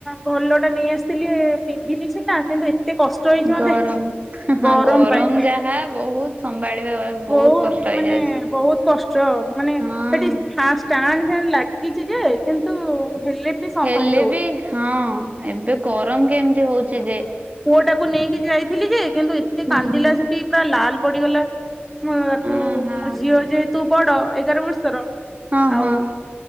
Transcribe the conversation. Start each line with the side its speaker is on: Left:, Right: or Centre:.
Centre: ଭଲ ଟା ନେଇ ଆସିଥିଲି ପିନ୍ଧିଲି ସିନା କିନ୍ତୁ ଏ ଏତେ କଷ୍ଟ ହେଇଛି ମତେ
Right: ଗରମ ହଁ
Centre: ଗରମ ପାଇଁ
Right: ଯାହା ବହୁତ ସମ୍ଭାଳିବା
Centre: ହଁ ବହୁତ
Right: କଷ୍ଟ ହେଇଯାଉଛି।
Centre: ମାନେ ବହୁତ କଷ୍ଟ ମାନେ
Right: ହଁ
Centre: ସେଠି ଫ ଲାଗିଛି ଯେ କିନ୍ତୁ ହେଲେ ବି ସମ୍ଭାଳି
Right: ହେଲେ
Centre: ହଉନି।
Right: ବି ହଁ ଏବେ ଗରମ କେମିତି ହଉଛି ଯେ?
Centre: ପୁଅ ଟାକୁ ନେଇକି ଯାଇଥିଲି ଯେ କିନ୍ତୁ ଏତେ
Right: ହୁଁ
Centre: କାନ୍ଦିଲା
Right: ହୁଁ
Centre: ସେଠି ପୁରା ଲାଲ ପଡିଗଲା। ମୁଁ ତାକୁ
Right: ଓହୋ
Centre: ମୋ ଝିଅ ଯେହେତୁ ବଡ ଏଗାର ବର୍ଷର
Right: ହଁ
Centre: ଆଉ
Right: ହଁ